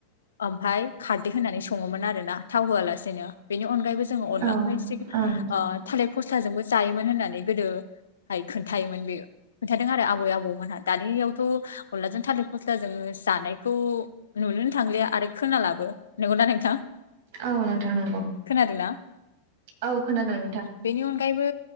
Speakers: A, on the left; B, on the right.
A: ओमफाय खारदै होनानै सङोमोन आरो ना थाव होआलासेनो बेनि अनगायैबो जोङो अनलाखौहाय
B: औ
A: से
B: औ नोंथां ।
A: थालिर फस्लाजोंबो जायोमोन होननानै गोदो हाय खोन्थायोमोन बे खोनथादों आरो आबै आबौमोनहा दानियावथ' अनलाजों थालिर फ स्लाजों जानायखौ नुनोनो थांलिया आरो खोनालाबो ।नंगौना नोंथां
B: औ नोंथां नंगौ
A: खोनादोंना?
B: औ खोनादों ।
A: बेनि अनगायैबो